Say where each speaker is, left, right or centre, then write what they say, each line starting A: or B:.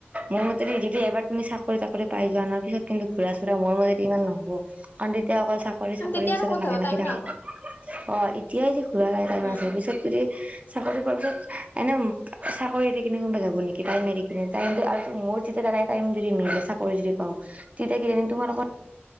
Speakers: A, on the right (about 35°); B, on the left (about 50°).
A: মোৰ মতেদি যদি এবাৰ তুমি চাকৰি তাকৰি পাই যোৱা ন পিছত কিন্তু ঘুৰা চুৰা মোৰ মতে ইমান নহব কাৰণ তেতিয়া অকল চাকৰি চাকৰিৰ
B: উম, তেতিয়া
A: পিছতে
B: আৰু ক'ত
A: লাগি
B: হ'ব
A: লাগি
B: টাইমে
A: থাকা
B: নহ'ব।
A: অ এতিয়াই যি ফুৰা নাই টাইম
B: উম,
A: আছে পিছত যদি চাকৰি পোৱাৰ পিছত এনে উম চাকৰি এৰি কিনে কোনবা যাব নেকি টাইম এৰি কিনে তাইম আৰু মোৰ যেতিয়া দাদাই টাইম যদি মিলে চাকৰী যদি পাও তেতিয়া কিজানি তোমাৰ লগত